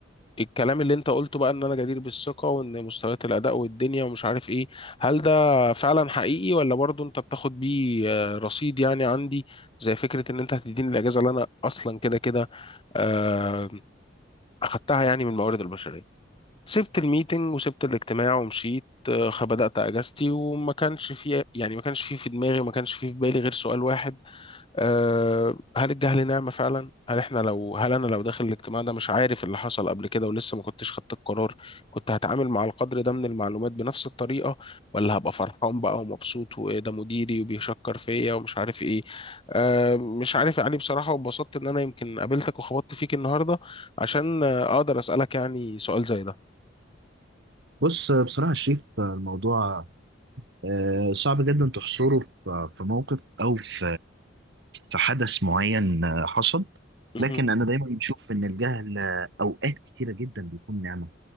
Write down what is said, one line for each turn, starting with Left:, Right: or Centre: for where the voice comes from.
Left: الكلام اللي انت قلته بقى ان انا جدير بالثقة وان مستويات الاداء والدنيا ومش عارف ايه هل ده فعلا حقيقي ولا برضو انت بتاخد بيه آه، رصيد يعني عندي زي فكرة ان انت هتديني الاجازة اللي انا اصلا كده كده آه، اخدتها يعني من الموارد البشرية سبت الميتنج وسبت الاجتماع ومشيت آه، بدأت اجازتي وما كانش في يعني ما كانش في في دماغي ما كانش في في بالي غير سؤال واحد أه هل الجهل نعمة فعلا؟ هل احنا لو هل انا لو داخل الاجتماع ده مش عارف اللي حصل قبل كده ولسه ما كنتش خدت القرار كنت هتعامل مع القدر ده من المعلومات بنفس الطريقة ولا هبقى فرحان بقى ومبسوط وايه ده مديري وبيشكر فيا ومش عارف ايه أه مش عارف يا علي بصراحة واتبسطت ان انا يمكن قابلتك وخبطت فيك النهاردة عشان آه، اقدر اسألك يعني سؤال زي ده
Right: بص بصراحة شريف الموضوع آه، صعب جدا تحصره في في موقف أو في في حدث معين آه، حصل
Left: مهم.
Right: لكن أنا دايما بشوف إن الجهل آه، أوقات كتيرة جدا بيكون نعمة